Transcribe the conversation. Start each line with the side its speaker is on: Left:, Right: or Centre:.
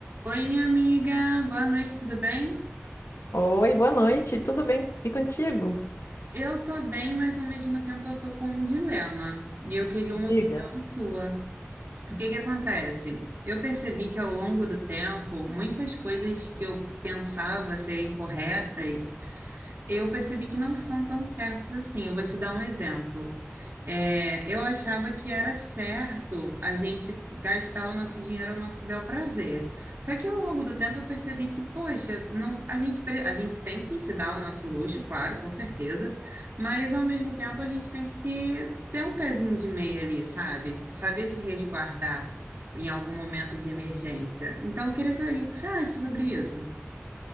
Right: Oi, minha amiga, boa noite, tudo bem?
Left: Oi, boa noite, tudo bem? E contigo?
Right: Eu tô bem, mas ao mesmo tempo eu tô com um dilema e eu queria uma
Left: Diga.
Right: opinião sua. O que que acontece? Eu percebi que ao longo do tempo, muitas coisas que eu pensava serem corretas, eu percebi que não são tão certas assim. Eu vou te dar um exemplo. É, eu achava que era certo a gente gastar o nosso dinheiro ao nosso bel prazer. Só que ao longo do tempo eu percebi que, poxa, não, a gente, pre- a gente tem que se dar o nosso luxo, claro, com certeza, mas ao mesmo tempo a gente tem que se ter um pezinho de meia ali, sabe? Saber se resguardar em algum momento de emergência. Então, eu queria saber o que que você acha sobre isso.